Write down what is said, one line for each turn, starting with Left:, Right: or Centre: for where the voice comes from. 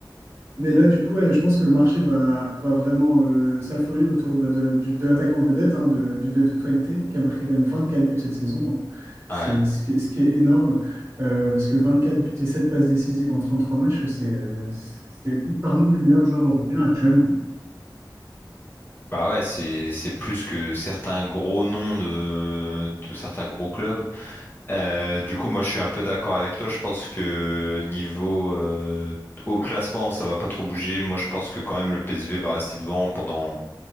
Right: Mais là, du coup, ouais, je pense que le marché va, va vraiment euh, s'affoler autour bah, de, la- du- de l'attaquant vedette, hein, de, du de de Twente, qui a marqué quand même 24 buts cette saison. hein. C'est
Left: Ouais.
Right: ce qui, est ce qui est énorme, euh, parce que 24 buts et 7 passes décisives en 33 matchs, c'est euh, c'est parmi les meilleurs joueurs européens actuellement.
Left: Bah ouais, c'est c'est plus que certains gros noms de, de certains gros clubs. Euh, du coup, moi, je suis un peu d'accord avec toi. Je pense que niveau euh, au classement, ça va pas trop bouger. Moi, je pense que quand même le PSV va rester devant pendant